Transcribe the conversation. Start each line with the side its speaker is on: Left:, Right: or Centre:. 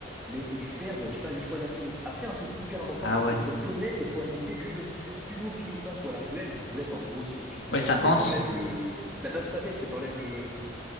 Centre: mais que tu perdes, je sais pas, huit fois d'affilée. Après, un truc hyper important,
Left: Ah ouais.
Centre: c'est qu'il faut connaître les probabilités du jeu. Si tu joues au pile ou face ou à la roulette, la roulette, en gros, c'est du pile ou face,
Left: Ouais, 50.
Centre: mais t'enlèves le... Bah, pas tout à fait, parce que t'enlèves le